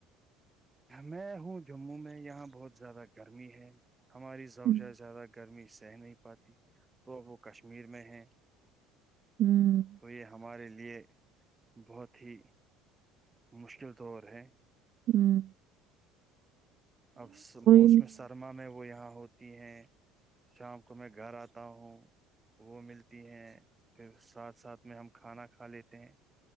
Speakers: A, on the right; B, on the right.
A: میں ہوں جموں میں یہاں بہت زیادہ گرمی ہے ہماری زبش
B: ہم،
A: زیادہ گرمی سہ نہیں پاتی تو وہ کشمیر میں ہے
B: ہم،
A: توویا ہمارے لیے بہت ہی مشکل دور ہے
B: ہوں
A: اب موسم
B: نہیں
A: سرما میں وہ یہ یہاں ہوتی ہیں شام کو میں گھر آتا ہوں وہ ملتی ہے پھر ساتھ ساتھ میں ہم کھانا کھا لیتے ہیں